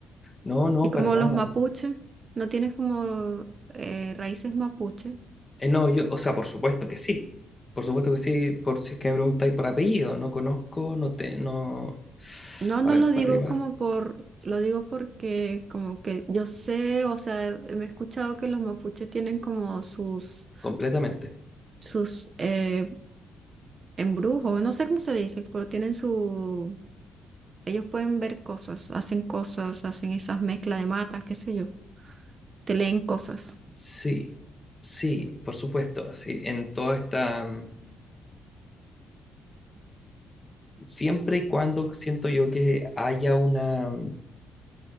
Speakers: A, on the left (about 20°); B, on the right (about 40°).
A: no, no,
B: ¿Y como
A: para nada.
B: los mapuches? ¿No tienes como eh, raíces mapuche?
A: Eh, no, yo, o sea, por supuesto que sí. Por supuesto que sí, por si es que me preguntáis por apellido, no conozco, no te, no.
B: No,
A: A
B: no
A: ver,
B: lo
A: para
B: digo
A: arriba,
B: como por, lo digo porque como que yo sé, o sea, me he escuchado que los mapuches tienen como sus,
A: completamente.
B: sus eh, embrujos, no sé cómo se dice, pero tienen su, ellos pueden ver cosas, hacen cosas, hacen esas mezclas de matas, qué sé yo, te leen cosas.
A: Sí, sí, por supuesto, sí, en toda esta, mm, siempre y cuando siento yo que haya una, mm,